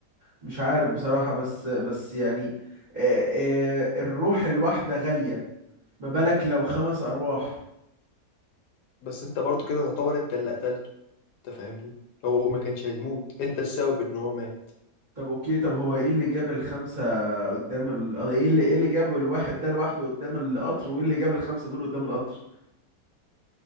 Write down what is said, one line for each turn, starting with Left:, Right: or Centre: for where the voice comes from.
Right: مش عارف بصراحة بس بس يعني آه آه الروح الواحدة غالية ما بالك لو خمس ارواح
Left: بس انت برضو كده تعتبر انت اللي قتلته انت فاهمني هو ما كانش هيموت انت السبب ان هو مات
Right: طب اوكي طب هو ايه اللي جاب الخمسة قدام ال... ايه اللي ايه اللي جاب الواحد ده لوحده قدام القطر وايه اللي جاب الخمسة دول قدام القطر